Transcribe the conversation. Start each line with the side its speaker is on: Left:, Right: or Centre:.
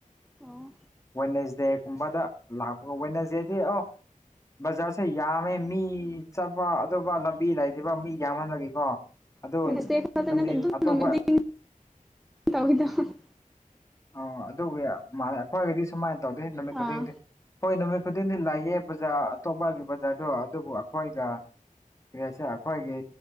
Centre: ꯑꯣ
Left: ꯋꯦꯟꯅꯁꯗꯦꯒꯨꯝꯕꯗ ꯂꯥꯛꯄ ꯋꯦꯟꯅꯁꯗꯦꯗꯤ ꯑꯣ ꯕꯖꯥꯔꯁꯦ ꯌꯥꯝꯃꯦ ꯃꯤ ꯆꯠꯄ ꯑꯇꯣꯞꯅ ꯂꯝꯕꯤ ꯂꯩꯇꯦꯕ ꯃꯤ ꯌꯥꯝꯃꯟꯕꯒꯤꯀꯣ ꯑꯗꯨ
Centre: <unintelligible>
Left: ꯅꯨꯃꯤꯠ ꯑꯇꯣꯞꯄ ꯑꯣ ꯑꯗꯨꯒꯤ ꯃꯥꯂꯦ ꯑꯩꯈꯣꯏꯒꯤꯗꯤ ꯁꯨꯃꯥꯏꯅ ꯇꯧꯗꯦ ꯅꯨꯃꯤꯠ ꯈꯨꯗꯤꯡꯗꯤ
Centre: ꯑꯥ
Left: ꯍꯣꯏ ꯅꯨꯃꯤꯠ ꯈꯨꯗꯤꯡꯗꯤ ꯂꯥꯛꯌꯦ ꯕꯖꯥꯔ ꯑꯇꯣꯞꯄꯒꯤ ꯕꯖꯥꯔꯗꯣ ꯑꯗꯨꯕꯨ ꯑꯩꯈꯣꯏꯒ ꯀꯔꯤ ꯍꯥꯏꯁꯦꯔ ꯑꯩꯈꯣꯏꯒꯤ